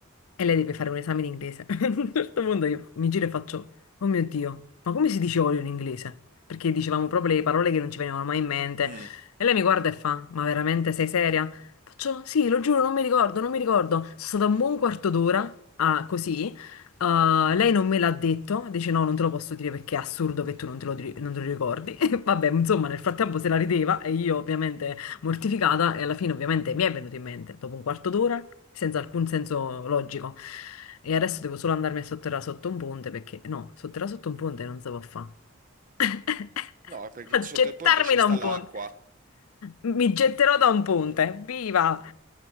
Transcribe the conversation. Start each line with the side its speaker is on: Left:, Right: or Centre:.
Left: e lei deve fare un esame di inglese. <laughs> A un certo punto io mi giro e faccio, oh mio Dio, ma come si dice olio in inglese? Perché dicevamo proprio le parole che non ci venivano mai in mente.
Right: Mm.
Left: E lei mi guarda e fa, ma veramente sei seria? Faccio, sì, lo giuro, non mi ricordo, non mi ricordo. Sono stata un buon quarto d'ora, ah, così Ah, lei non me l'ha detto, dice no, non te lo posso dire perché è assurdo che tu non te lo, dir- non te lo ricordi. <laughs> E Vabbè, insomma, nel frattempo se la rideva e io ovviamente mortificata e alla fine ovviamente mi è venuto in mente, dopo un quarto d'ora, senza alcun senso logico. E adesso devo solo andarmi a sotterrare sotto un ponte perché no, sotterrare sotto un ponte non si può fare. <laughs>
Right: No, perché
Left: A
Right: sotto
Left: gettarmi
Right: il ponte ci
Left: da
Right: sta
Left: un
Right: l'acqua.
Left: ponte. Mi getterò da un ponte, viva!